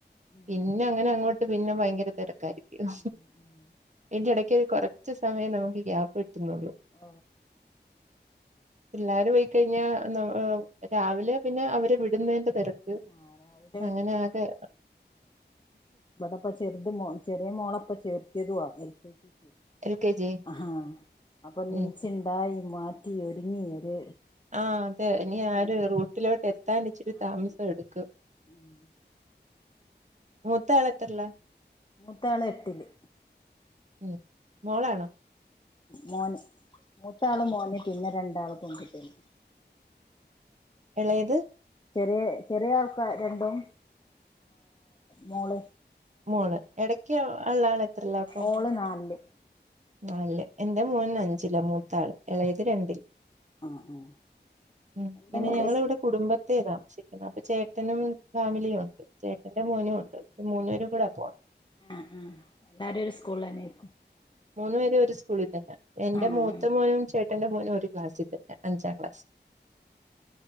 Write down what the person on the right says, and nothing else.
പിന്നെ അങ്ങനെ അങ്ങോട്ട് പിന്നെ ഭയങ്കര തിരക്കായിരിക്കും
എന്റെ ഇട കുറച്ച് സമയം നമുക്ക് ഗ്യാപ്പ് കിട്ടുന്നുള്ളൂ
പിള്ളാര് പോയി കഴിഞ്ഞാ രാവിലെ പിന്നെ അവരെ വിടുന്നതിന്റെ തിരക്ക്
അങ്ങനെ ആകെ
L K G
ഉം
ആഹ അതെ
ഇനി ആ ഒരു റൂറ്റിലേക് എത്തി വത്താനിച്ചിട്ടു
താമസം എടുക്കും
മൂത്താൾ എത്രേലാ
ഉം മോളാണോ
ഇളയത്
മോൾ ഇടക്ക് ഉള്ള ആളു എത്രലാ അപ്പൊ
നല്ില് എറെ മോന് അഞ്ചില്ല മൂത്താള് ഇളയത് രണ്ടില്
ഉ
പിന്നെ
ഞങ്ങള
ഇവിടെ കുടുംബത്തെ താമസും അപ്പൊ ചേട്ടനും ഫാമിലിയും ഉണ്ട് ചേട്ടന്റെ മോനും ഉണ്ട് മൂന്നൂരും കൂടെ പോ
മൂന്നു പേ ഒരു സ്കൂളിൽ തന്നെ എന്റെ
മൂത്ത മോനും ചേട്ടന്റെ മോനും ഒരു ക്ലാസ്സിൽ തന്നെ അഞ്ചാം ക്ലാസ്